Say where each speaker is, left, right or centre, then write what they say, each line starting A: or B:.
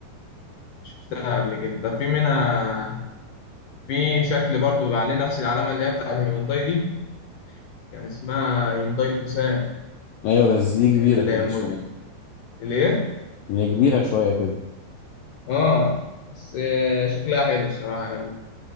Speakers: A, on the left; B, on the left.
A: شفتها قبل كده ده في منها في شكل برضو بيبقى عليه نفس العلامة اللي هي بتاع الهيونداي دي كان اسمها يونداي توسان
B: ايوه بس دي كبيره
A: الم-
B: كده شويه
A: الايه
B: هي كبيره شويه
A: اه بس آه، شكلها حلو الصراحة